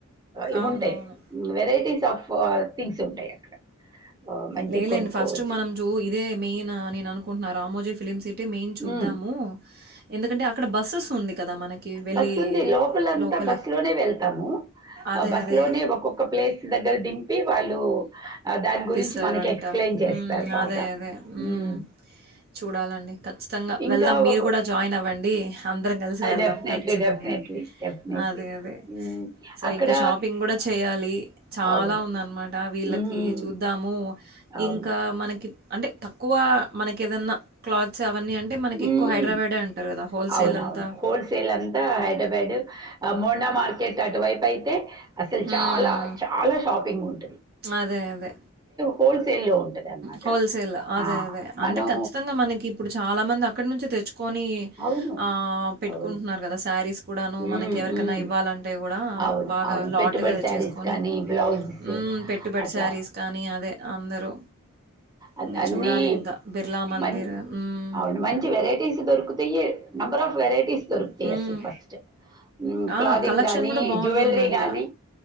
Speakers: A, on the right; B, on the right.
A: ఇవి
B: అవునవును.
A: ఉంటాయి వెరైటీస్ ఆఫ్ థింగ్స్ ఉంటాయి అక్కడ ఆహ్, మంచిగా
B: లేలేండి
A: కొనుక్కోవచ్చు.
B: ఫస్ట్ మనం జో ఇదే మెయిన్ అని అనుకుంటున్నా రామోజీ ఫిలిమ్ సిటీ టే మెయిన్ చూద్దాము
A: హ్మ్.
B: ఎందుకంటే అక్కడ బస్సెస్ ఉంది కదా! మనకి వెళ్ళి
A: బస్సు ఉంది లోపలంతా
B: లోపలే.
A: బస్సు లోనే వెళ్తాము
B: అదే.
A: ఆ బస్సు
B: అదే.
A: లోనే ఒక్కొక్క ప్లేస్ దగ్గర దింపి వాళ్ళు ఆ దాని గురించి
B: సరంటా
A: మనకి ఎక్స్‌ప్లెయిన్ చేస్తారు
B: ఉమ్
A: బాగా.
B: అదే అదే ఉమ్
A: హ్మ్.
B: చూడాలండి ఖచ్చితంగా
A: ఇంకా
B: వెళ్దాం మీరు
A: ఒక
B: కూడా జాయిన్ అవ్వండి అందరం కలిసి వెళ్దాం
A: డెఫినెట్లీ.
B: ఖచ్చితంగా
A: డెఫినెట్లీ. డెఫినెట్లీ.
B: అదే అదే
A: హ్మ్.
B: సో
A: అక్కడ
B: ఇంకా షాపింగ్ కూడా చేయ్యాలి చాలా
A: అవును.
B: ఉంద అన్నమాట వీళ్ళకి
A: హ్మ్.
B: చూద్దాము
A: అవును.
B: ఇంకా మనకి అంటే తక్కువ మనకి ఏదన్నా క్లాత్స్ ఇవి అన్ని అంటే మన
A: హ్మ్.
B: ఎక్కువ హైదరాబాడే అంటారు కదా హోల్ సేల్
A: అవునవును.
B: అంత
A: హోల్‌సేల్ అంతా హైదరాబాదు. ఆహ్, మోండా మార్కెట్ అటువైపు అయితే అసలు
B: హ్మ్.
A: చాలా చాలా షాపింగ్ ఉంది
B: అదే అదే
A: హోల్‌సేల్‌లో ఉంటదనమాట.
B: హోల్సేల్ అదే
A: ఆ!
B: అదే అంటే
A: మనం
B: ఖచ్చితంగా మనకి ఇప్పుడు చాలా మంది అక్కడి నుంచే తెచ్చు కొని
A: అవును.
B: ఆ పెట్టుకుంటున్నారు
A: అవును.
B: కదా శారీస్ కూడాను
A: హ్మ్.
B: మనకి ఎవరికైన్నా
A: హ్మ్.
B: ఇవ్వాలంటే కూడా ఆ
A: అవును.
B: బాగా
A: అవును.
B: లాట్
A: పెట్టుబడి
B: గా తెచ్చెసుకోని
A: శారీస్ కానీ, బ్లౌజెస్
B: మ్ పెట్టుబడి
A: అట్లా.
B: శారీస్ కానీ అదే అందరూ
A: అద్
B: ఇంగ
A: అన్నీ
B: చూడాలింక. బిర్లా మందిర్.
A: మంచ్
B: హ్మ్.
A: అవును మంచి వెరైటీస్ దొరుకుతాయి నంబర్ ఆఫ్ వెరైటీస్ దొరుకుతియ్
B: హ్మ్.
A: అసలు ఫస్ట్ ఉమ్
B: ఆ!
A: క్లాదింగ్
B: కలెక్షన్
A: కానీ
B: గూడా బావుంటుందంట.
A: జ్యువెలరీ కానీ